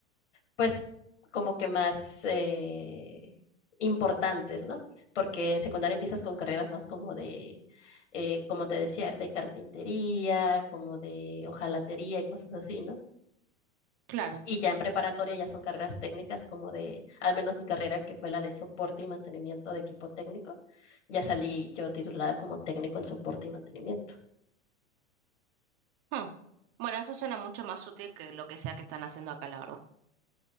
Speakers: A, on the left; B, on the right.
A: pues como que más eh, importantes, ¿no? Porque en secundaria empiezas con carreras más como de, eh, como te decía, de carpintería, como de hojalatería y cosas así, ¿no?
B: claro.
A: Y ya en preparatoria ya son carreras técnicas como de, al menos mi carrera que fue la de soporte y mantenimiento de equipo técnico, ya salí yo titulada como técnico en soporte y mantenimiento.
B: Hmm. Bueno, eso suena mucho más útil que lo que sea que están haciendo acá, la verdad.